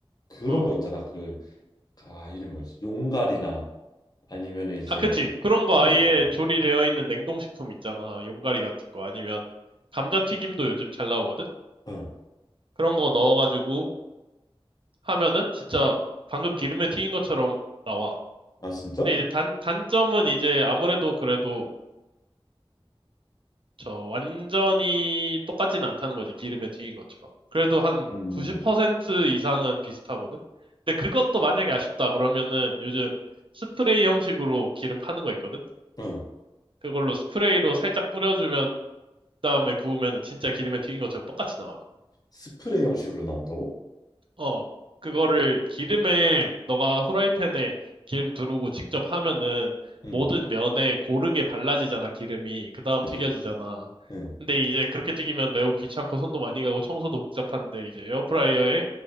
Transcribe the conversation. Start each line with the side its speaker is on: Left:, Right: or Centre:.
Left: 그런
Right: 어.
Left: 거 있잖아. 그 그, 아 이름 뭐지? 용갈이나 아니면은 이제
Right: 아, 그치. 그런 거
Left: 튀김
Right: 아예
Left: 같은 거.
Right: 조리되어 있는 냉동식품 있잖아. 용가리 같은 거. 아니면 감자튀김도 요즘 잘 나오거든?
Left: 응.
Right: 그런 거 넣어가지고 하면은 진짜 방금 기름에 튀긴 것처럼 나와.
Left: 아 진짜?
Right: 근데 이제 단, 단점은 이제 아무래도 그래도 저 완전히 똑같진 않다는 거지. 기름에 튀긴 것처럼. 그래도 한
Left: 음,
Right: 90% 이상은 비슷하거든? 근데 그것도 만약에 아쉽다 그러면은 요즘 스프레이 형식으로 기름 파는 거 있거든?
Left: 응.
Right: 그걸로 스프레이로 살짝 뿌려주면 다음에 구우면은 진짜 기름에 튀긴 것처럼 똑같이 나와.
Left: 스프레이 형식으로 나온다고?
Right: 어, 그거를 기름에 너가 후라이팬에 기름 두르고 직접 하면은
Left: 응,
Right: 모든 면에 고르게 발라지잖아, 기름이. 그 다음
Left: 그지?
Right: 튀겨지잖아.
Left: 응.
Right: 근데 이제 그렇게 튀기면 매우 귀찮고 손도 많이 가고 청소도 복잡한데 이제 에어프라이어에